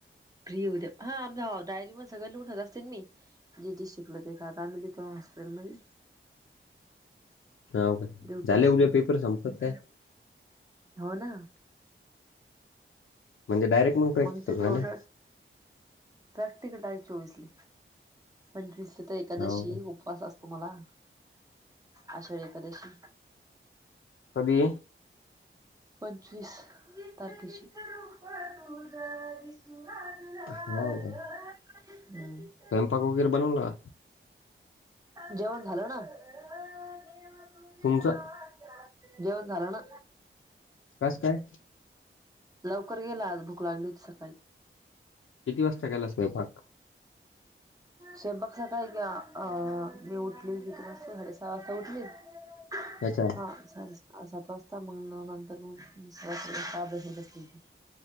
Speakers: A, on the right (about 15°); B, on the left (about 75°).
A: फ्री हो दे, हा... आम डायरी मध्ये सगळं लिहून ठेवत असते मी. जे जे शिकलो ते, <unintelligible> हॉस्पिटल मध्ये.
B: हाव का
A: ड्युटी
B: झाले
A: असली,
B: उद्या
A: हम..
B: पेपर संपतात काय
A: हो ना.
B: म्हणजे डायरेक्ट. प्रॅक्टिकल
A: मग ची
B: का
A: ऑडर,
B: नाही
A: प्रॅक्टिकट आहे चोवीसली. पंचवीसला तर एकादशी
B: हाव काय
A: उपवास असतो, मला आषाढी एकादशी.
B: कधी.
A: पंचवीस तारके ची. जिथं तिथं रुप, तुझं दिसू लागलं.
B: हो का.
A: हम्म.
B: स्वयंपाक वगैरे बनवला.
A: जेवण झालं ना, देवा तुझ्या
B: तुमचं
A: नावाचं. जेवण झालं ना.
B: कसं काय.
A: लवकर गेला आज, भूक लागली होती सकाळी.
B: किती वाजता केला स्वयंपाक.
A: स्वयंपाक सकाळी का अ.. मी उठली किती वाजता साडे सहा वाजता उठली. <unintelligible>
B: अच्छा.
A: हा, सात वाजता मग, नंतर अभ्यासाला बसली होती.